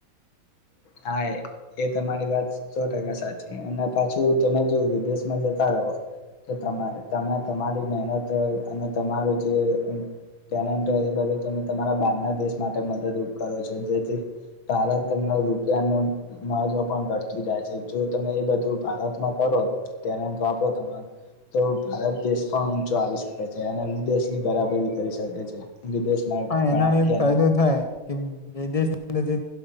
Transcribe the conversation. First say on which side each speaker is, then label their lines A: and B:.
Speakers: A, on the left; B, on the left.
A: હા એ તમારી વાત સો ટકા સાચી અને પાછું તમે જો વિદેશમાં જતા રહો, તો તમે તમારી મહેનત અને તમારું જે ટેલેન્ટ હોય એ બધું તમે તમારા બારના દેશ માટે મદદરૂપ કરો છો જેથી, ભારત ત રૂપિયા ન માજવ પણ ઘટતું જાય છે જો તમે એ બધું ભારતમાં કરો તેને વાપરો તમારો, તો ભારત દેશ પણ ઊંચો આવી શકે છે અને વિદેશની બરાબરી કરી શકે છે. વિદેશના
B: હા એનો એક
A: ઘણા
B: ફાયદો થાય કે વિદેશ લે જે